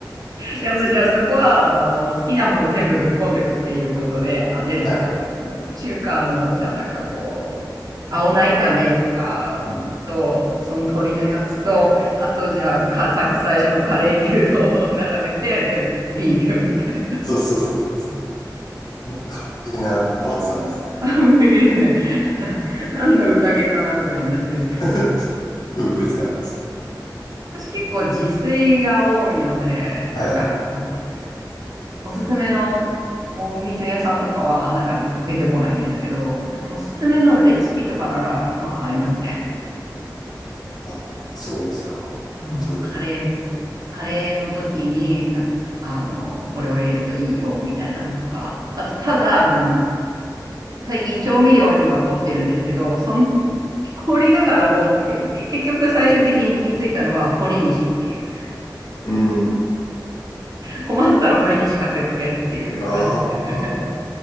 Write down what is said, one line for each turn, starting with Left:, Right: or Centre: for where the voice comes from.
Right: いや、もうじゃあそこは、
Left: ぜひ
Right: あの、好きなもの全部ぶっこんでくっていうことで、あれですよ。
Left: はい。
Right: もう中華の、じゃあなんかこう、青菜炒めとかと、
Left: うん。
Right: その鶏のやつと、あとじゃあか、さっき最初のカレー牛丼を <laughs> 並べて、で、ビールみたいな。
Left: そうそうそうそうそう。もう完璧な晩餐ですね。
Right: 完璧ですね。<laughs> 何の宴かなぐらいになってる。
Left: <laughs> 特別感ありますね。
Right: 私結構自炊が多いので、
Left: はい。
Right: なんかもうおすすめのお店屋さんとかはなんか出てこないんですけど、なんかおすすめのレシピとかなら、
Left: うん。
Right: まあありますね。
Left: あ、そうですか。
Right: のカレー、
Left: という。
Right: カレーの時に、なんか、あの、これを入れるといいよ、みたいなのとか。あと、ただ、あの、最近調味料には凝ってるんですけど、そん、<laughs> 凝りながらも、なんか、結局最終的に行き着いたのは、堀西っていう。
Left: うん。
Right: 困ったら堀西かけとけっていう感じ。
Left: ああ。
Right: <laughs>